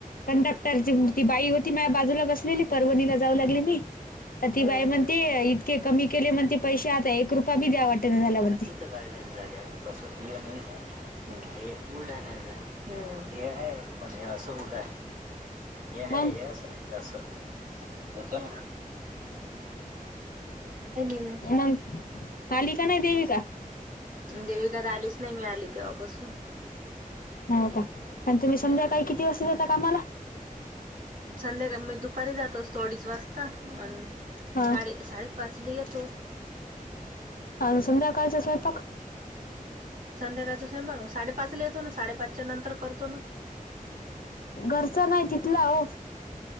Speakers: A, on the left (about 75°); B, on the right (about 65°).
A: कंडक्टरची ती बाई होत ती मा बाजूला बसलेली, परवणीला जाऊ लागलेली. तर ती
B: हम्म
A: बाई
B: हम्म.
A: म्हणते, इतके कमी केले म्हणते पैसे आता, एक रुपया बी द्या वाटना झाल्या मनती.
B: <unintelligible> तसं <unintelligible> हं. हे फक्त बुलढाण्याला जायला. हं. ते हाय पण असा <unintelligible> ते हाय.
A: मग
B: असं हाय. असं. <unintelligible>
A: मग, आली का नाही, देविका?
B: देवीका त आलीच नाही. मी आली तेव्हापासून.
A: हो का? अन् तुम्ही
B: हम्म
A: संध्याकाळी, किती वाजता जाता कामाला?
B: संध्याकाळ मी दुपारी जात असतो, अडीच वाजता. अन्
A: हा
B: साडी - साडेपाचला येतो.
A: अन् संध्याकाळचं स्वयपाक?
B: संध्याकाळचा स्वयंपाक. साडेपाच ला येतो ना. साडेपाचच्या नंतर करतो ना.
A: घरचा नाही, तिथला ओ.